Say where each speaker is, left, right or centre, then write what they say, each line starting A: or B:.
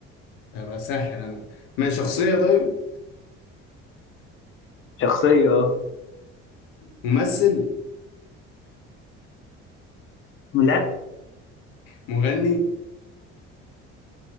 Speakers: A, on the left (about 70°); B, on the left (about 35°).
A: ابقى ساحر انا ما شخصيه طيب
B: شخصية اه
A: ممثل
B: لا
A: مغني